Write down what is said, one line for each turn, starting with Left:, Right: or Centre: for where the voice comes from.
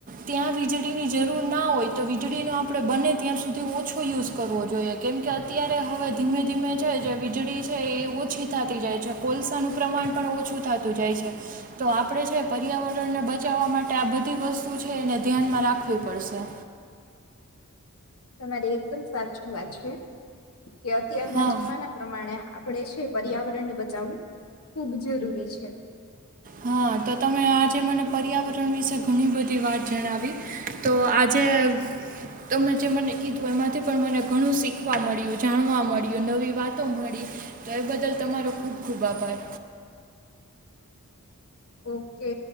Right: ત્યાં વીજળીની જરૂર ના હોય તો વીજળીનો આપણે બને ત્યાં સુધી ઓછો યુઝ કરવો જોઈએ કેમકે અત્યારે હવે ધીમે ધીમે છે જે વીજળી છે એ ઓછી થતી જાય છે કોલસાનું પ્રમાણ પણ ઓછું થતું જાય છે તો આપણે છે પર્યાવરણના બ બચાવવા માટે આ બધી વસ્તુ છે એને ધ્યાનમાં રાખવી પડશે.
Left: તમારી એકદમ સાચું વાત છે. કે અત્યારના
Right: હા
Left: જમાના પ્રમાણે ડે છે પર્યાવરણને બચાવવું ખૂબ જરૂરી છે.
Right: હા તો તમે આજે મને પર્યાવરણ વિશે ઘણી બધી વાત જણાવી તો આજે તમે જે મને કીધું એમાંથી પણ મને ઘણું શીખવા મળ્યું જાણવા મળ્યું નવી વાતો મળી તો એ બદલ તમારો ખૂબ ખુબ આભાર
Left: ઓકે